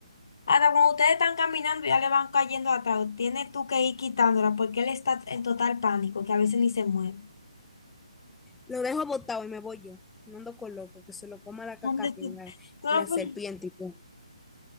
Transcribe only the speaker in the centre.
Lo dejo botado y me voy yo. No ando con loco, que se lo coma la cacata
y la,
la
serpiente y todo.